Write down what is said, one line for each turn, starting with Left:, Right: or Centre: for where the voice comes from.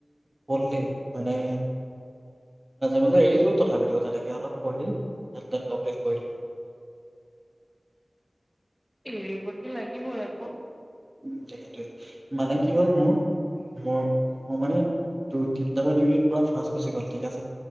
Right: পঢ়লে মানে মাজে এৰিছো তথাপিতোও তেনেকে অলপ পঢ়ি কমপ্লিট কৰিলো।
Centre: এৰিবতো লাগিবই আকৌ।
Right: উ সেইটোৱে মানে কি হ'ল মোৰ-মোৰ-মোৰ মানে তিনিটামান ইউনিট পুৰা ফাৰ্ষ্ট গুচি গ'ল ঠিক আছে।